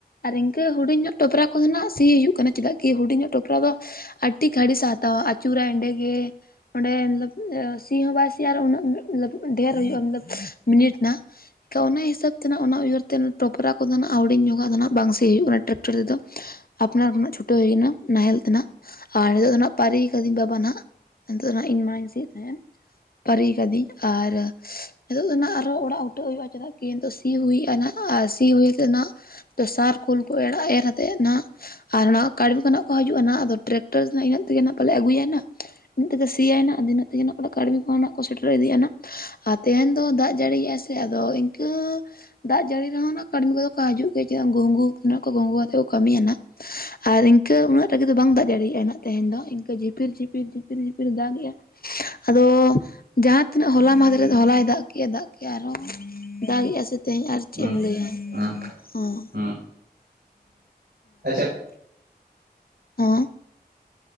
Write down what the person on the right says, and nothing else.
ᱦᱩᱸ
ᱦᱩᱸ
ᱦᱩᱸ ᱟᱪᱪᱷᱟ